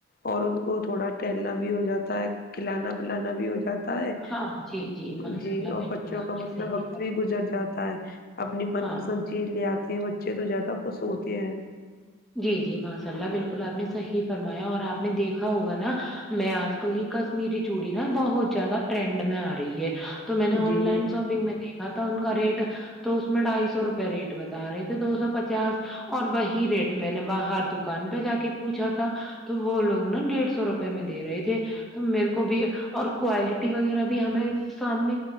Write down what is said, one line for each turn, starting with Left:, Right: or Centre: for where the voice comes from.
Left: اور ان کو تھوڑا ٹہلنا بھی ہو جاتا ہے کھلانا پلانا بھی ہو جاتا تا ہے
Centre: ہاں جی ماشاء
Left: جی
Centre: اللہ
Left: اور
Centre: بالکل
Left: بچوں
Centre: آپ
Left: کا مطلب
Centre: نے صحیح
Left: وقت
Centre: کہا۔
Left: بھی گزر جاتا ہے اپنی من
Centre: ہاں
Left: پسند چیز لے آتے ہیں بچے تو زیادہ خوش ہوتے ہیں
Centre: جی جی ماشاء اللہ بالکل آپ نے صحیح فرمایا اور آپ نے دیکھا ہوگا نا میں آج کل یہ کشمیری چوڑی نا بہت زیادہ ٹرنڈ میں آ رہی ہے تو میں نے
Left: جی
Centre: آن لائن شاپ میں دیکھا تھا ان کا ریٹ تو اس میں ڈھائی سو روپئے ریٹ بتا رہے تھے دو سو پچاس اور وہی ریٹ میں نے باہر دکان پہ جا کے پوچھا تھا تو وہ لوگ نا ڈیڑھ سو روپے میں دے رہے تھے تو میرے کو بھی اور کوالٹی وغیرہ بھی ہمیں سامنے